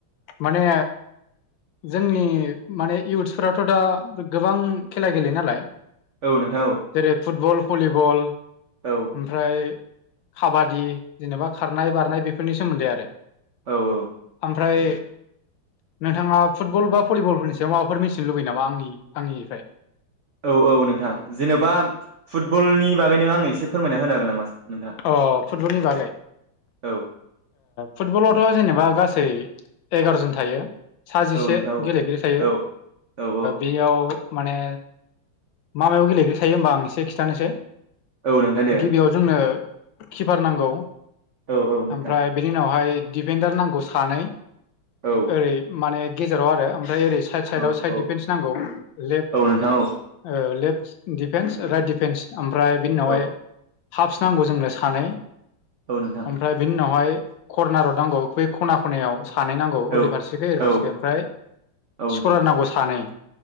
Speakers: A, on the left; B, on the right.
A: माने जोंनि माने इउथ्सफोराथ' दा गोबां खेला गेलेयो नालाय
B: औ नोंथां औ
A: जेरै फुटबल, भलिबल ओमफ्राय
B: औ
A: खाबादि जेनेबा खारनाय बारनाय बेफोरनि सोमोन्दै आरो
B: औ औ
A: ओमफ्राय नोंथाङा फुटबल बा भलिबलफोरनि सायाव माबाफोर मिसन लुबैयो नामा आंनि आंनिफ्राय?
B: औ औ नोंथां जेनेबा फुटबलनि बागै नों आंनो एसे फोरमायना होनो हागोन नामा? नोंथां
A: अ फुटबलनि बागै
B: औ
A: फुटबलावथ' जेनेबा गासै एगार'जन थायो साजिसे
B: औ नोंथां औ
A: गेलेगिरि थायो
B: औ औ औ
A: बेयाव माने माबायाव गेलेग्रो थायो होमबा आं एसे खिन्थानोसै
B: औ नोंथां दे
A: गिबियाव जोंनो किपार नांगौ
B: औ औ नोंथां
A: ओमफ्राय बिनि उनावहाय दिडफेडार नांगौ सानै
B: औ
A: ओरै माने गेजेराव आरो ओमफ्राय ओरै साइद साइदआव
B: औ
A: साइद
B: औ
A: डफेन्स नांगौ लेफ्ट
B: औ नोंथां औ
A: ओ लेफ्ट दिफेन्स राइट डिफेन्स ओमफ्राय बिनि उनावहाय
B: औ
A: हाफ्स नांगौ जोंनो सानै
B: औ नोंथां
A: ओमफ्राय बिनि उनावहाय करर्नाराव नांगौ बे खना खनायाव सानै नांगौ
B: औ
A: ओरै फारसेखै ओरै फारसेखै
B: औ
A: ओमफ्राय
B: औ नोंथां
A: स्कलार नांगौ सानै